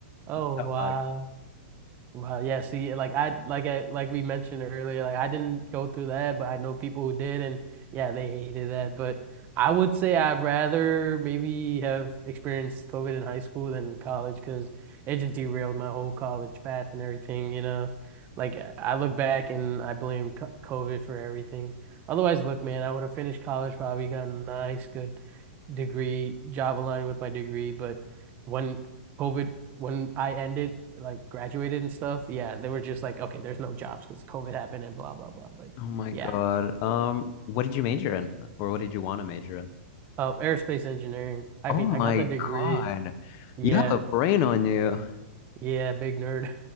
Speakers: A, on the right; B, on the left.
A: Oh
B: Tough
A: wow.
B: luck.
A: Wow, yeah, see, like I like I like we mentioned earlier, like I didn't go through that, but I know people who did and yeah, they hated that. But I would say I'd rather maybe have experienced COVID in high school than college because it just derailed my whole college path and everything, you know. Like uh, I look back and I blame co- COVID for everything. Otherwise, look, man, I would have finished college, probably gotten a nice, good degree, job aligned with my degree, but when COVID when I ended, like graduated and stuff, yeah, they were just like, okay, there's no jobs because COVID happened and blah blah blah. But
B: Oh my God.
A: yeah,
B: Um, what did you major in, or what did you want to major in?
A: uh, aerospace engineering. I
B: Oh
A: mean,
B: my
A: I got the degree.
B: God.
A: Yeah,
B: You have a brain on you.
A: yeah, big nerd.